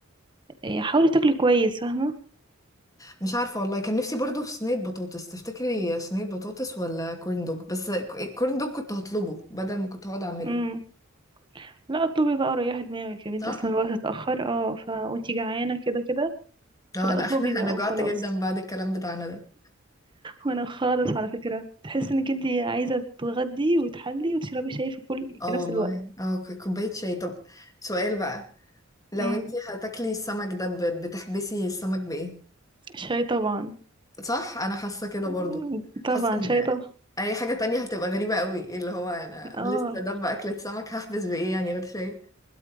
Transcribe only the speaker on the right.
إيه، حاولي تاكلي كويس فاهمة
امم لا اطلبي بقى ريحي دماغك يا بنتي
اصلا الوقت اتأخر اه ف وانتي جعانة كده كده فلا
اطلبي
بقى
وخلاص
وانا خالص على فكرة تحس انك انتي عايزة تتغدي وتحلي وتشربي شاي في كل
في نفس
الوقت
امم
شاي طبعا
مم،
طبعا
شاي طبعا
اه